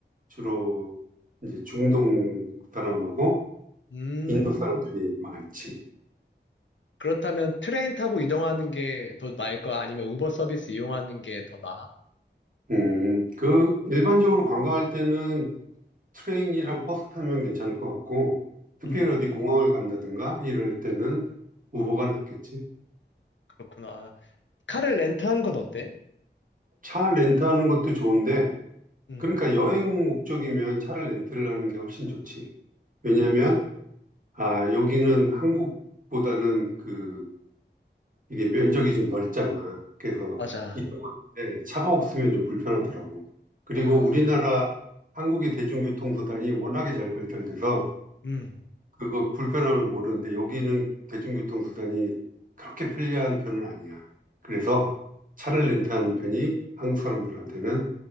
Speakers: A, on the right; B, on the left.
A: 주로 이제 중동 사람하고
B: 음,
A: 인도 사람들이 많지.
B: 그렇다면 트레인 타고 이동하는 게 더 나을 거야? 아니면 우버 서비스 이용하는 게 더 나아?
A: 음, 그, 일반적으로 관광할 때는 트레인이랑 버스 타면 괜찮을 것 같고, 특별히
B: 음,
A: 어디 공항을 간다든가 이럴 때는 우버가 낫겠지.
B: 그렇구나. 카를 렌트한 건 어때?
A: 차 렌트하는 것도 좋은데,
B: 음,
A: 그러니까 여행 목적이면 차를 렌트를 하는 게 훨씬 좋지. 왜냐면,
B: 아,
A: 아, 여기는 한국보다는 그, 이게 면적이 좀 넓잖아. 그래서
B: 맞아.
A: 이동하는데 차가 없으면 좀 불편하더라고. 그리고
B: 아,
A: 우리나라 한국의 대중교통 수단이 워낙에 잘 발달돼서
B: 음.
A: 그거 불편함을 모르는데 여기는 대중교통수단이 그렇게 편리한 편은 아니야. 그래서 차를 렌트하는 편이 한국 사람들한테는